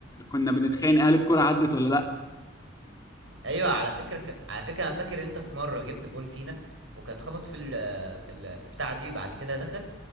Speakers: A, on the left; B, on the right.
A: كنا بنتخانق هل الكوره عدت ولا لا
B: ايوه على فكره ك... على فكره انا فاكر ان انت في مره جبت جون فينا وكان اتخبط في ال في ال في بتاع دي بعد كده دخل